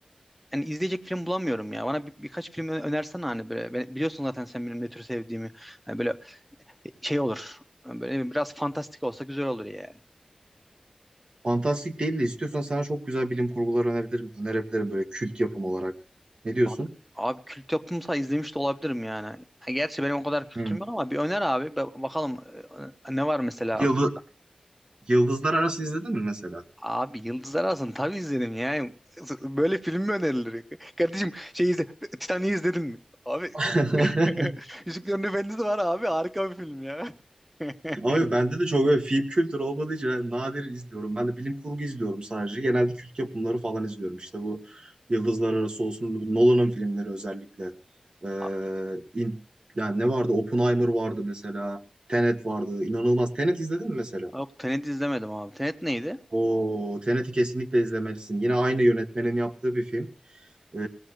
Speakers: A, in the centre; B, on the right (about 50°).
A: Yani izleyecek film bulamıyorum ya. Bana bir, birkaç film ö- önersene hani böyle Ben- biliyorsun zaten sen benim ne tür sevdiğimi. Hani böyle e, şey olur. Hani Böyle biraz fantastik olsa güzel olur ya.
B: Fantastik değil de istiyorsan sana çok güzel bilim kurguları önerebilirim, önerebilirim böyle kült yapım olarak. Ne diyorsun?
A: Abi, abi kült yapımsa izlemiş de olabilirim yani. Ha, Gerçi benim o kadar kültürüm
B: Hmm.
A: yok ama bir öner abi. Ba- Bakalım e, ne var mesela
B: Yıldız,
A: aklında.
B: Yıldızlar Arası izledin mi mesela?
A: Abi Yıldızlar Arası'nı tabii izledim yani. Böyle film mi önerilir? Kardeşim şey izle. Titanic'i izledin mi? Abi
B: <laughs>
A: <laughs> Yüzüklerin Efendisi var abi. Harika bir film ya. <laughs>
B: Ama yok, bende de çok böyle film kültürü olmadığı için yani nadir izliyorum. Ben de bilim kurgu izliyorum sadece. Genelde kült yapımları falan izliyorum. İşte bu Yıldızlar Arası olsun, bu Nolan'ın filmleri özellikle. Ee,
A: Abi,
B: in- yani ne vardı? Oppenheimer vardı mesela. Tenet vardı. İnanılmaz. Tenet izledin mi mesela?
A: yok Tenet izlemedim abi. Tenet neydi?
B: O Tenet'i kesinlikle izlemelisin. Yine aynı yönetmenin yaptığı bir film. Ee,